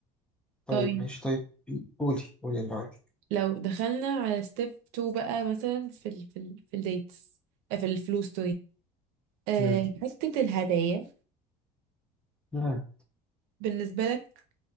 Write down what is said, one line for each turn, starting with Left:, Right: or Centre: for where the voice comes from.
Right: طيب
Centre: طيب ماشي طيب قولي قولي اللي عندك
Right: لو دخلنا على ستيب 2 بقى مثلا في ال في ال في الديتس آه، في الفلوس آه،
Centre: مم.
Right: حتة الهدايا
Centre: مم.
Right: بالنسبة لك